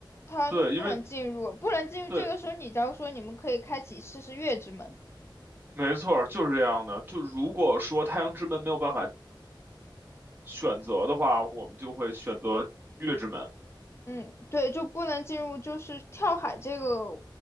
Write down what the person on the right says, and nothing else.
对，因为
对。
没错，就是这样的。就如果说太阳之门没有办法选择的话，我们就会选择月之门。